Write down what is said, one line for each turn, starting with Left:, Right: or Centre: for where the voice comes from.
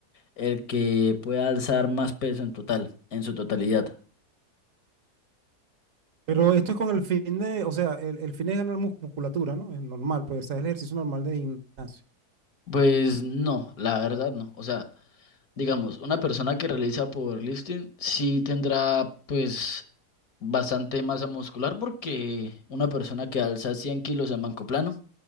Left: el que pueda alzar más peso en total, en su totalidad.
Right: Pero esto es con el fin de, o sea, el, el fin es ganar mus- musculatura, ¿no? Es normal, pues, o es el ejercicio normal de gimnasio.
Left: Pues no, la verdad no. O sea, digamos, una persona que realiza powerlifting sí tendrá pues bastante masa muscular porque una persona que alza 100 kilos en banco plano